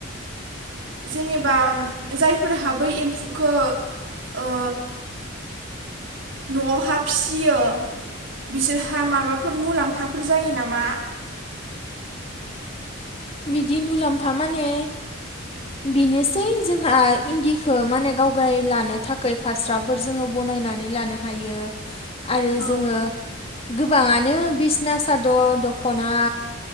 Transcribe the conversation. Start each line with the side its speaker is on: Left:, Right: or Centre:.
Right: जेनेबा जायफोरहा बै एम्फुखो ओ न'आव हा फिसियो बिसोरहा माबाफोर मुलाम्फाफोर जायो नामा
Left: बिदि मुलाम्फा माने बेनोसै जोंहा इन्दिखो माने गावगाय लानो थाखाय फास्राफोर जोङो बनायनानै लानो हायो आरो
Right: औ
Left: जोङो गोबाङानो बिसना सादर दख'ना